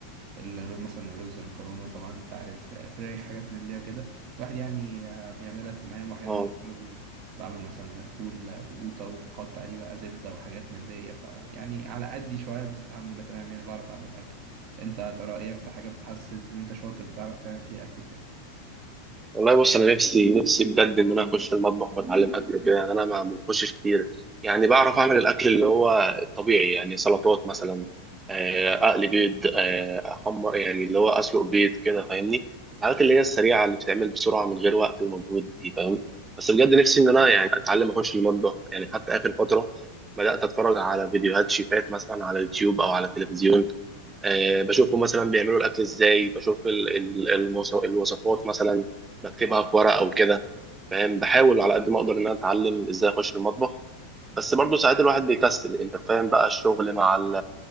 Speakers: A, on the right; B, on the right.
A: ال- مثلا الرز المكرونه طبعا انت عارف آه، فراخ حاجات من دي وكده الواحد يعني آه، بيعملها تمام واحيانا
B: اه
A: برضه بعمل مثلا فول آه، بقوطه وبحط عليه بقى زبده وحاجات من دي فيعني على قدي شويه بس الحمد لله تمام يعني بعرف اعمل اكل انت يا ترى ايه اكتر حاجه بتحسس ان انت شاطر بتعرف تعمل فيها اكل
B: والله بص انا نفسي نفسي بجد ان انا اخش المطبخ واتعلم اكل كده يعني انا ما ما بخشش كتير يعني بعرف اعمل الاكل اللي هو الطبيعي يعني سلطات مثلا آه، اقلي بيض آه، احمر يعني اللي هو اسلق بيض كده فاهمني الحاجات اللي هي السريعه اللي بتتعمل بسرعه من غير وقت ومجهود دي فاهم بس بجد نفسي ان انا يعني اتعلم اخش المطبخ يعني حتى اخر فتره بدات اتفرج على فيديوهات شيفات مثلا على يوتيوب او على التلفزيون آه، بشوفهم مثلا بيعملوا الاكل ازاي بشوف ال- ال- المص- الوصفات مثلا بكتبها في ورق او كده فاهم بحاول على قد ما اقدر ان انا اتعلم ازاي اخش المطبخ بس برضه ساعات الواحد بيكسل انت فاهم بقى الشغل مع ال...